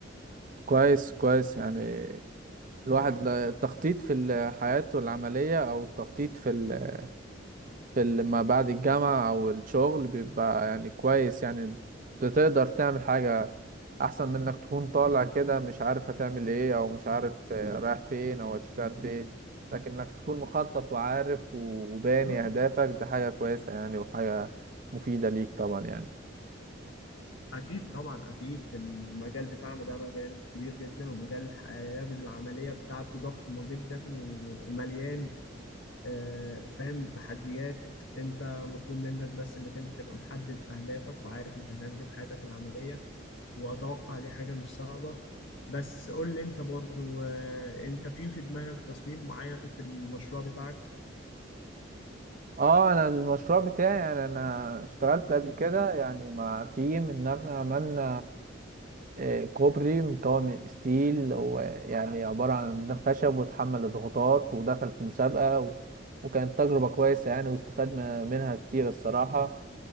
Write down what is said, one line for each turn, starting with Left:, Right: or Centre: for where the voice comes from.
Right: كويس كويس يعني الواحد لا- التخطيط في ال- حياته العملية أو التخطيط في ال... في ال- ما بعد الجامعة أو الشغل بيبقى يعني كويس يعني بتقدر تعمل حاجة أحسن من إنك تكون طالع كده مش عارف هتعمل إيه أو مش عارف آه، رايح فين أو هتشتغل فين لكن إنك تكون مخطط وعارف و- وباني
Left: آه، آه.
Right: أهدافك ده حاجة كويسة يعني وحاجة مفيدة ليك طبعا يعني
Left: اكيد طبعا اكيد المجال بتاعنا ده مجال كبير جدا ومجال الحياة العملية بتاعته ضخمة جدا و- ومليان آه، فاهم تحديات انت مطلوب منك بس انك انت تبقى محدد اهدافك وعارف انت هتعمل ايه في حياتك العملية واتوقع دي حاجة مش صعبة بس قول لي انت برضو آه، انت في في دماغك تصميم معين في المشروع بتاعك
Right: اه انا المشروع بتاعي يعني انا اشتغلت قبل كده يعني مع تيم ان احنا عملنا آه، كوبري مكون من ستيل ويعني عبارة عن ميدان خشب واتحمل الضغوطات ودخل في مسابقة و... وكانت تجربة كويسة يعني واستفاد م- منها كتير الصراحة